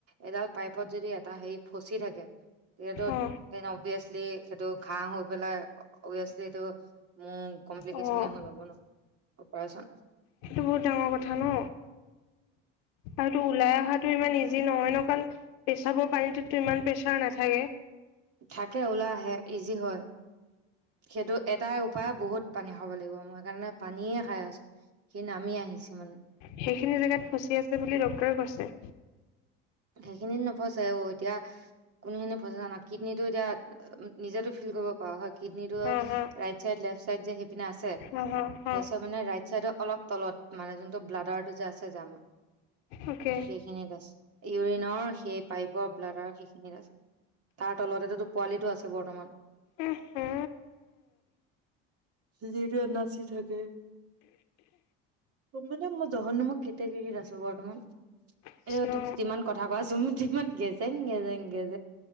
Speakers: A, on the right; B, on the left.
A: এডাল পাইপত যদি এটা হেৰি ফচি থাকে এইটো
B: অ',
A: দে ন বছ এইটো ঘ হৈ পেলাই হৈয় আছিলে এইটো ম কমপ্লিকেশ্যনে
B: অ'।
A: হৈ যাব ন অ পায়চা
B: সেইটো বহুত ডাঙৰ কথা ন আৰুটো ওলাই অহাটো ইমান ইজি নহয় ন কাৰণ পেচাবৰ পানীত ইমান প্ৰেছাৰ নাথাকে
A: থাকে ওলাই আহে ইজি হয় সেইটো এটাই উপায় বহুত পানী খাব লাগিব মই সেইকাৰণে পানীয়ে খাই আছো সি নামি আহিছে মানে
B: সেইখিনি জেগাত ফচি আছে বুলি ডক্তৰে কৈছে
A: সেইখিনিত নফচাই অ এতিয়া কোনো জনে ফচাই জানা কিডনীটো এতিয়া নিজেতো ফিল কৰিব পৰা হয় কিডনীটো
B: হা হা
A: ৰাইট চাইড লেফট চাইড যে সেই পিনে আছে
B: হা হা হা
A: তাৰপিছত মানে ৰাইট চাইডৰ অলপ তলত মানে যোনটো ব্লাডাৰটো যছে যামা
B: অকে
A: সেইখিনিছে ইউৰিনৰ সেই পাইপৰ ব্লাডৰ সেইখিনিত আছে তাৰ তলতে ত পোৱালিটো আছে বৰ্তমান
B: উম হু
A: যিটো এন আৰ চি থাকে মানে মই জহন্ম কেতিয়া কেত আছো বৰ্তমান
B: আচ্ছা
A: এ তোক যিমান কথা কোৱাছোন মোৰ ইমান গেজেং গেজেং গেজ